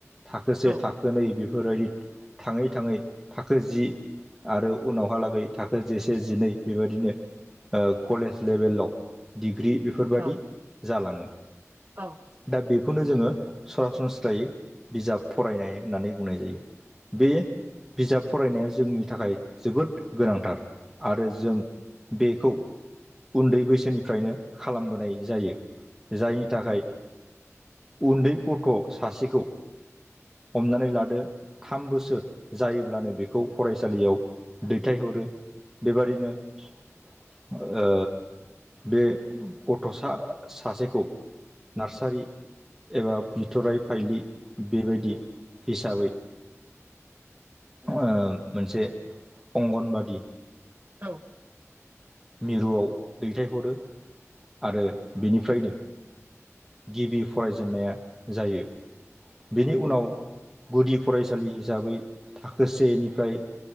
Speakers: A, in the centre; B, on the right (about 40°).
A: थाखोसे
B: औ
A: थाखोनै
B: नोंथां औ
A: बेफोर बेफोरबायदि थाङै थाङै थाखो जि आरो उनावहालागै थाखो जिसे जिनै बेबायदिनो ओ कलेज लेभेलाव डिग्रि बेफोरबादि
B: औ नोंथां औ
A: जालाङो
B: औ
A: दा बेखौनो जोङो सरासनस्रायै बिजाब फरायनाय होननानै बुंनाय जायो। बे बिजाब फरायनाया जोंनि थाखाय जोबोद गोनांथार आरो जों बेखौ उन्दै बैसोनिफ्रायनो खालामबोनाय जायो जायनि थाखाय उन्दै गथ' सासेखौ हमनानै लादो थाम बोसोर जायोब्लानो बेखौ फरायसालियाव दैथायहरो। बेबादिनो ओ बे गथ'सा सासेखौ नार्सारि एबा बिथ'राय फाइलि बेबायदि हिसाबै ओ मोनसे अंगनबादि
B: औ
A: मिरुआव दैथायहरो आरो बेनिफ्रायनो गिबि फरायजेननाया जायो। बेनि उनाव गुदि फरायसालि हिसाबै थाखो सेनिफ्राय